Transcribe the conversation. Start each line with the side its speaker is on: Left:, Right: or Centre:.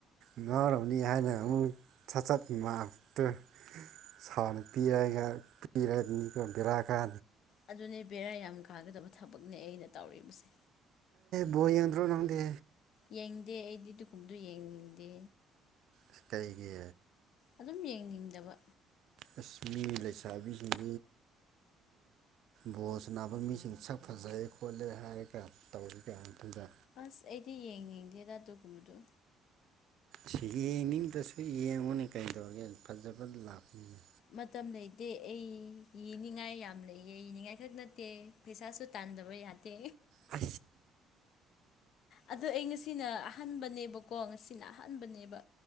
Right: ꯉꯥꯎꯔꯔꯕꯅꯤ ꯍꯥꯏꯅ ꯑꯃꯨꯛ ꯁꯠꯆꯠ ꯉꯥꯛꯇꯨ ꯁꯥꯎ ꯄꯤꯔ ꯄꯤꯔ ꯔꯥ ꯀ
Left: ꯑꯗꯨꯅꯦ ꯕꯦꯔꯥ ꯌꯥꯝ ꯀꯥꯒꯗꯕ ꯊꯕꯛꯅꯦ ꯑꯩꯅ ꯇꯧꯕꯁꯦ
Right: ꯕꯣ ꯌꯥꯡꯗ꯭ꯔꯣ ꯅꯪꯗꯦ
Left: ꯌꯦꯡꯗꯦ ꯑꯩꯗꯤ ꯗꯨꯀꯨꯝꯗꯨ ꯌꯦꯡꯅꯤꯡꯗꯦ
Right: ꯆꯇꯩꯒꯤ
Left: ꯑꯗꯨꯝ ꯌꯦꯡꯅꯤꯡꯗꯕ
Right: ꯑꯁꯃꯤ ꯂꯩꯁꯥꯕꯤꯁꯤꯡ ꯕꯣꯜꯁ ꯅꯥꯕ ꯃꯤꯁꯤꯡ ꯁꯛ ꯐꯖꯔꯦ ꯈꯣꯠꯂꯦ ꯍꯥꯏꯔ ꯀ ꯇꯧꯒꯦ ꯀ ꯈꯟꯖꯦ
Left: ꯑꯁ ꯑꯩꯗꯤ ꯌꯦꯡꯅꯤꯡꯗꯦ ꯑꯗꯥ ꯇꯣꯀꯨꯕꯗꯣ
Right: ꯁꯤ ꯌꯦꯡꯅꯤꯡꯕꯗꯁꯨ ꯌꯦꯡꯉꯨꯅꯦ ꯀꯩꯗꯧꯔꯒꯦ ꯐꯖꯕ ꯂꯥꯛꯄꯅꯦ
Left: ꯃꯇꯝ ꯂꯩꯇꯦ ꯑꯩꯅꯤꯡꯉꯥꯏ ꯌꯥꯝ ꯂꯩꯌꯦꯅꯤꯡꯉꯥꯏ ꯈꯛ ꯅꯠꯇꯦ ꯄꯩꯁꯥꯁꯨ ꯇꯥ ꯥꯟꯖꯕ ꯌꯥꯗ
Right: ꯑ
Left: ꯑ ꯑꯩ ꯉꯁꯤꯅ ꯑꯍꯥꯟꯕꯅꯦꯕꯀꯣ ꯉꯁꯤꯅ ꯑꯍꯥꯟꯕꯅꯦꯕ